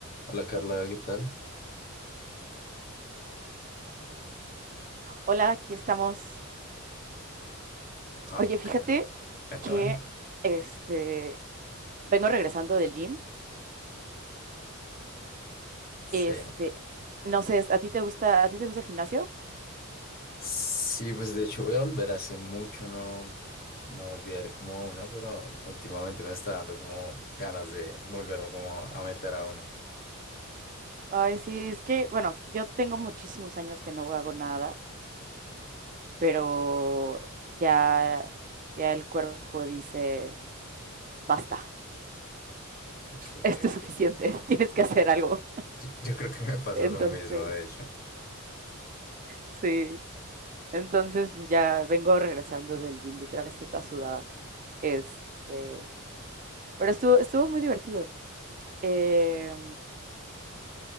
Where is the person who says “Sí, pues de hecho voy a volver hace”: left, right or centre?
Left